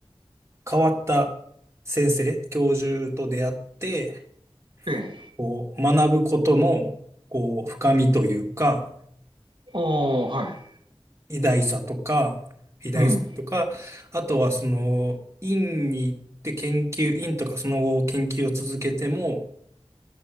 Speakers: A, on the right (about 30°); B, on the right (about 55°).
A: 変わった先生、教授と出会って、
B: ええ、
A: こう、学ぶことの、こう、深みというか、
B: おお、はい、
A: 偉大さとか、偉大さとか、
B: うん、
A: あとはその、院に行って研究、院とかその後研究を続けても、